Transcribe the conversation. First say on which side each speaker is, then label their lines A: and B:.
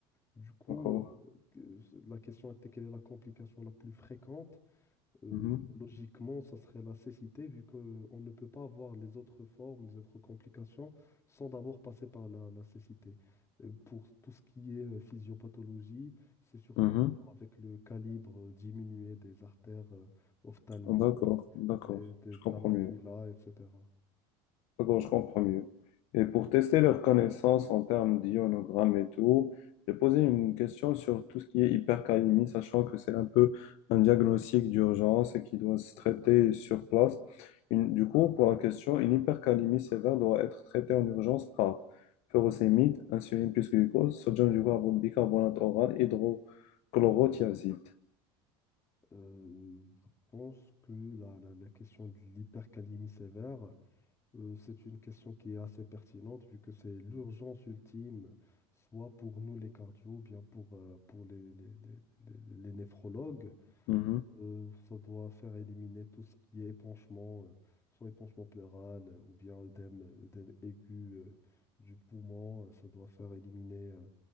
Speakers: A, on the left; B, on the left.
A: Du coup,
B: D'accord.
A: euh, que- la question était quelle est la complication la plus fréquente? Euh,
B: Mhm.
A: logiquement, ça serait la cécité, vu qu'on ne peut pas avoir les autres formes, les autres complications, sans d'abord passer par la, la cécité. Euh, pour tout ce qui est euh, physiopathologie, c'est surtout
B: Mhm.
A: en rapport avec le calibre euh, diminué des artères euh, ophtalmiques
B: D'accord, d'accord.
A: et de,
B: Je
A: de
B: comprends
A: la macula,
B: mieux.
A: etc.
B: Bon, je comprends mieux. Et pour tester leurs connaissances en termes d'ionogramme et tout, j'ai posé une question sur tout ce qui est hypercalémie, sachant que c'est un peu un diagnostic d'urgence et qui doit se traiter sur place. Une- du coup, pour la question, une hypercalémie sévère doit être traitée en urgence par furosémide, insuline plus glucose, sodium du carbone- bicarbonate oral, hydrochlorothiazide.
A: Euh, je pense que la, la- la question de l'hypercalémie sévère, Euh, c'est une question qui est assez pertinente vu que c'est l'urgence ultime, soit pour nous les cardio, ou bien pour, euh, pour les, les, les- les- les néphrologues.
B: Mhm.
A: Euh, ça doit faire éliminer tout ce qui est épanchement, euh, soit épanchement pleural euh, ou bien œdème, œdème aigu euh, du poumon. Euh, Ça doit faire éliminer euh,